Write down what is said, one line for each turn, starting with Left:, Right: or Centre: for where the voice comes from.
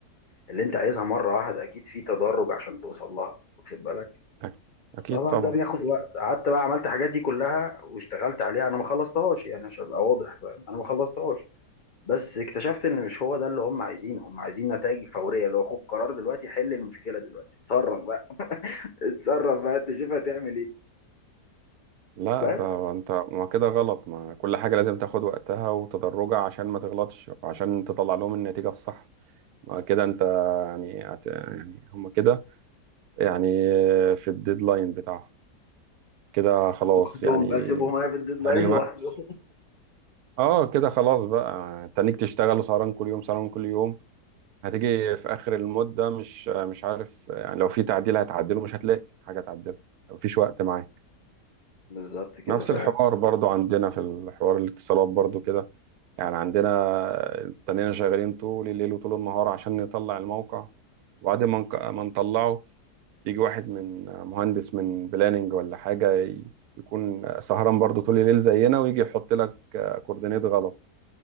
Left: اللي انت عايزها مره واحده اكيد في تدرج عشان توصل لها واخد بالك
Right: أك- أكيد
Left: طبعا
Right: طبعا
Left: ده بياخد
Right: أكيد.
Left: وقت قعدت بقى عملت الحاجات دي كلها واشتغلت عليها انا ما خلصتهاش يعني عشان ابقى واضح بقى. انا
Right: مم.
Left: ما خلصتهاش بس اكتشفت ان مش هو ده اللي هم عايزينه هم عايزين نتائج فوريه اللي هو خد قرار دلوقتي حل المشكله دلوقتي اتصرف بقى اتصرف بقى انت شوف هتعمل ايه
Right: لا
Left: بس
Right: ده انت ما كده غلط ما كل حاجة لازم تاخد وقتها وتدرجها عشان ما تغلطش وعشان تطلع لهم النتيجة الصح ما كده انت يعني هت- يعني هم كده يعني في الديدلاين بتاعهم كده خلاص
Left: لوحدهم
Right: يعني
Left: بقى سيبهم انا في الديدلاين
Right: في اي
Left: لوحدهم
Right: وقت اه كده خلاص بقى انت انك تشتغل سهران كل يوم سهران كل يوم هتيجي في اخر المدة مش مش عارف يعني لو في تعديل هتعدله مش هتلاقي حاجة تعدله مفيش وقت معاك
Left: <laughs> بالظبط كده
Right: نفس
Left: فعلا
Right: الحوار برضو عندنا في الحوار الاتصالات برضو كده يعني عندنا تنينا شغالين طول الليل وطول النهار عشان نطلع الموقع وبعد ما نك- ما نطلعه يجي واحد من مهندس من بلاننج ولا حاجة ي- يكون سهران برضو طول الليل زينا ويجي يحط لك كوردينيت غلط